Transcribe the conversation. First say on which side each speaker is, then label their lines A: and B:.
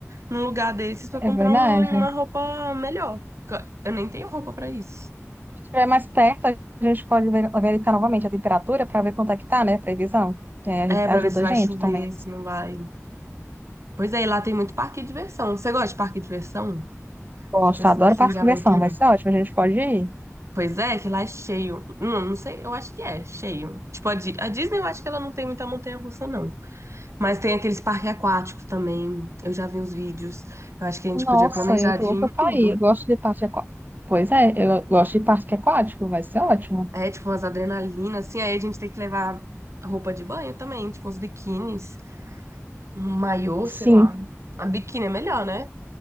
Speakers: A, on the right (about 60°); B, on the right (about 35°).
A: num lugar desses pra comprar
B: É verdade.
A: um- uma roupa melhor. porque Eu nem tenho roupa pra isso.
B: Quando estiver mais perto, a gente pode ver- verificar novamente a temperatura para ver quanto é que tá, né? Previsão. É, a
A: É,
B: gente,
A: pra
B: ajuda
A: ver se vai
B: a gente
A: chover,
B: também.
A: se não vai. Pois é, e lá tem muito parque de diversão. Você gosta de parque de diversão?
B: Gosto,
A: Tipo esses
B: adoro
A: assim
B: parte
A: de
B: de
A: aventura?
B: conversão, vai ser ótimo. A gente pode ir.
A: Pois é, que lá é cheio. Não, não sei, eu acho que é cheio. Tipo, a, Di- a Disney eu acho que ela não tem muita montanha-russa, não. Mas tem aqueles parques aquáticos também. Eu já vi uns vídeos. Eu acho que a gente
B: Nossa,
A: podia planejar
B: eu tô
A: de
B: louca
A: ir em
B: pra
A: tudo.
B: ir. Eu gosto de parque aquático. Pois é, eu gosto de parque aquático, vai ser ótimo.
A: É, tipo, umas adrenalinas, assim. Aí a gente tem que levar roupa de banho também, tipo, uns biquínis, um maiô,
B: Sim,
A: sei lá. A biquíni é melhor, né?